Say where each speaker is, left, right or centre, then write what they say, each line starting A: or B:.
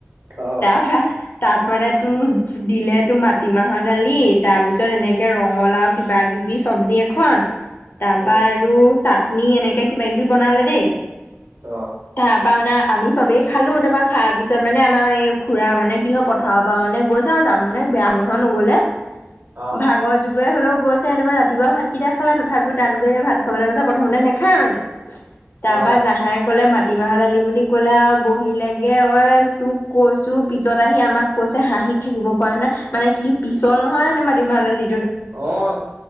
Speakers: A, on the right; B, on the left.
A: অ
B: তাৰপৰা তাত মানে তোৰ দিলে তোৰ মাটিমাহৰ দালি, তাৰপিছ তিছত এনেকে ৰঙালাও কিবা কিবি চব্জি এখন, ‌তাৰপা
A: অ
B: আৰু চাট নি, এনেকে কিবা কিবি বনালে দেই।
A: অ
B: তাৰ পৰা মানে আমি চবেই খালোঁ, তাৰপা খাই-পিছত মানে আমাৰ এই খুৰা, মানে কি হয়, পথাৰৰ পৰা গৈছে আৰু যাম মানে বেয়া <unintelligible> নগ'লে
A: অ
B: ভাগৰ যুগে হলেও গৈছে একেবাৰে ৰাতিপুৱা ভাতকেইটা খালে, তথাপিও তাত গৈ এনে ভাত খাবলৈ গৈছে। প্ৰথমতে নেখায় মানে তাৰপা
A: অ
B: জাহাই কলে মা কিবাহৰ দালি বুলি ক'লে আৰু বহিলেগৈ অই! তোক কৈছোঁ, পিছত আহি আমাক কৈছে, হাঁহি থাকিব পৰা নাই, মানে কি পিছল নহয় জানে মাটিমাহ দালি
A: অ',